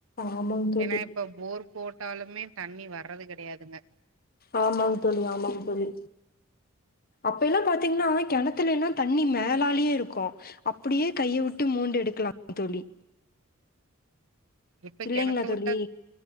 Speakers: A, on the left; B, on the right.
A: ஆமாங் தோழி
B: ஏன்னா இப்போ போர் போட்டாலுமே தண்ணி வர்றது கெடையாதுங்க
A: ஆமாங் தோழி ஆமாங் தோழி அப்பெய்லா பாத்திங்னா கெணத்துலீலா தண்ணி மேலாலேயே இருக்கு அப்டியே கையவுட்டு மோண்டெடுக்கலா தோழி
B: இப்ப
A: இல்லைங்களா
B: கெணத்து
A: தோழி
B: உட்டா